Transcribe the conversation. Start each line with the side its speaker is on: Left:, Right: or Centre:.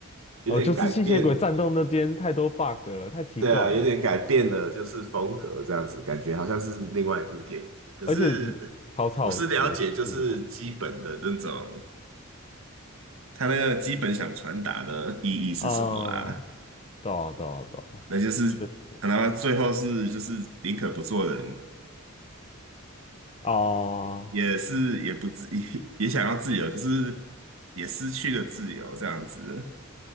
Right: 有点改变，
Left: 哦，就是吸血鬼战斗那边太多 bug 了，太奇怪了，
Right: 对啊，有点改变了就是风格这样子，感觉好像是另外一部电影。可是我是了解就是基本的那种，
Left: 而且草草结束的感觉嘛。
Right: 他那个基本想传达的意义是什么啦。
Left: 啊，对啊，对啊，对啊，
Right: 那就是可能最后是就是宁可不做人，
Left: 确实啊，
Right: 也是也不自 <laughs> 也也想要自由，可是也失去了自由，这样子。